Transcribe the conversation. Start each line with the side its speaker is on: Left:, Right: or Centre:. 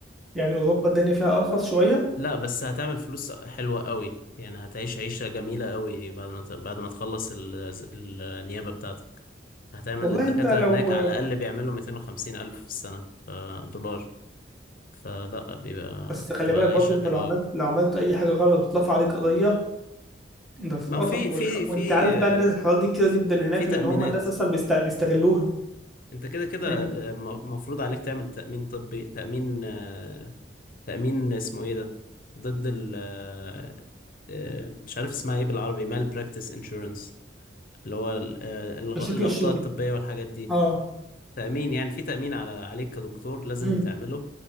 Centre: يعني اوروبا الدنيا فيها ارخص شوية
Left: لا بس هتعمل فلوس حلوة قوي يعني هتعيش عيشة جميلة قوي بعد ما ت- بعد ما تخلص ال... ال- النيابة بتاعتك هتعمل
Centre: والله
Left: الدكاترة
Centre: انت لو
Left: هناك على الأقل بيعملوا 250 ألف في السنة ف- دولار فلا بيبقى
Centre: بس خلي
Left: بتبقى
Centre: بالك
Left: العيشة
Centre: برضه انت
Left: حلوة
Centre: لو عملت
Left: قوي
Centre: لو عملت اي حاجة غلط بترفع عليك قضية ده تتقطم
Left: ما هو في في
Centre: والح...
Left: في
Centre: وانت عارف
Left: آه،
Centre: بقى الناس الحوار دي كتير جدا هناك
Left: في تأمينات
Centre: لان هم الناس اصلا بيست... بيستغلوها
Left: انت كده كده
Centre: يعني
Left: آه، م- مفروض عليك تعمل تأمين طبي تأمين آه، تأمين اسمه ايه ده ضد ال آه، آه، مش عارف اسمها ايه بالعربي مال براكتس انشورنس اللي هو ال- آه، الغ-
Centre: بشكل
Left: الأخطاء
Centre: الشغل
Left: الطبية والحاجات دي
Centre: اه
Left: تأمين يعني في تأمين على عليك كدكتور لازم
Centre: مم.
Left: بتعمله